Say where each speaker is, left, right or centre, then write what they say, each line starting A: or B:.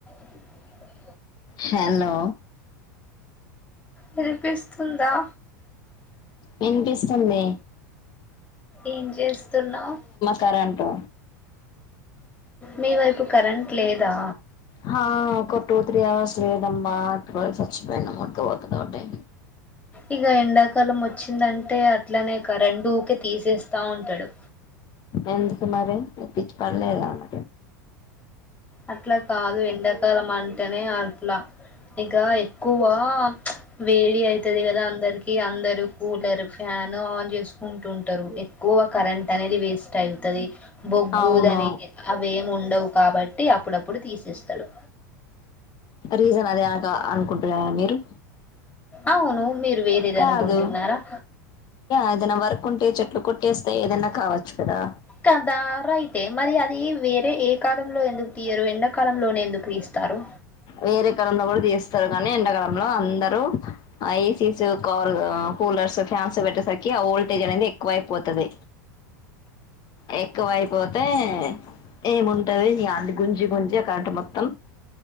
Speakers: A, on the left; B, on the left.
A: అ
B: hello
A: వినిపిస్తుందా
B: వినిపిస్తూ ది
A: ఏం చేస్తున్నావు్
B: కరెంటు
A: మీ వైపు కరెంట్ లేదా
B: హ ఒక టూ త్రీ అవర్స్ లేదమ్మా ఇప్పుడ స్చ్చిపో ముకి పోతుంది ఒకటే
A: ఇక ఎండాకాలం వచ్చిందంటే అట్లనే కరెం ఊకే తీసేస్తా ఉంటాడు
B: ఎందుకు మరి ఎప్పి పళదాన్న
A: అట్లా కాదు ఎండాకాలం అంటేనే అట్లా ఇక ఎక్కువ వేడి అయితది కదా అందరికి అందరు కూలర్ ఫ్యాన్ ఆన్ చేసుకుంటుంటారు ఎక్కువ కరెంట్ అనేది వేస్ట్ అవుతుది బొగ్గు
B: అవును
A: దానికి అవి ఏమి ఉండవు కాబట్టి అప్పుడప్పుడు తీసేస్తాడు
B: రీజన్ అదే అక అనుకుంటున్న మీరు
A: అవును మీరు వేరేది
B: కాదు
A: అనుకుంటున్నారా
B: అదనా వర్క్ ఉంటే చెట్లు కొట్ పట్టేస్తే ఏదైనా కావచ్చు కదా
A: కదా రైటే మరి అది వేరే ఏ కాలంలో ఎందుకు తీయరు ఎండాకాలంలోనే ఎందుకు అందుక్రస్తారు
B: వేరే కాలంలో కూడా తీస్తారు కానీ ఎంకాలంలో అందరుూ ఆ ఏసీస్ కాల్ కూలర్స్ ఫ్యాన్స్ పెట్టేసరికి ఆ వోల్టేజ్ అనేది ఎక్కువ అయిపోతుది ఎ వైపు పోతే ఏముంటది న అంది గుంజి గుంజి అక్కంట మొత్తం